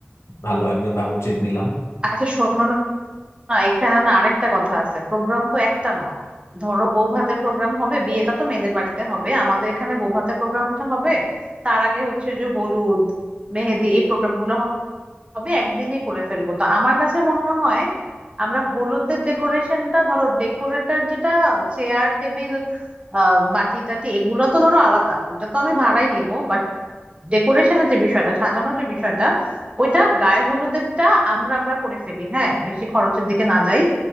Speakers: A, on the left; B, on the right.
A: ভালো একজন বাবুর্চি নিলাম
B: আচ্ছা শোনো না এখানে না আরেকটা কথা আছে প্রোগ্রাম তো একটা না ধরো বউ ভাতের প্রোগ্রাম হবে বিয়েটা তো মেয়েদের বাড়িতে হবে আমাদের এখানে বউ ভাতের প্রোগ্রামটা হবে তার আগে হচ্ছে যে হলুদ মেহেদি এই প্রোগ্রাম গুলো হ- হবে একদিনই করে ফেলবো তো আমার কাছে মনে হয় আমরা হলুদের ডেকোরেশনটা ধরো ডেকোরেটর যেটা চেয়ার টেবিল আহ বাতি টাতি এগুলো তো ধরো আলাদা ওটা তো আমি ভাড়াই নিব ডেকোরেশনের যে বিষয়টা সাজানোর যে বিষয়টা ওইটা গায়ে হলুদেরটা আমরা আমরা করে ফেলি হ্যাঁ বেশি খরচের দিকে না যাই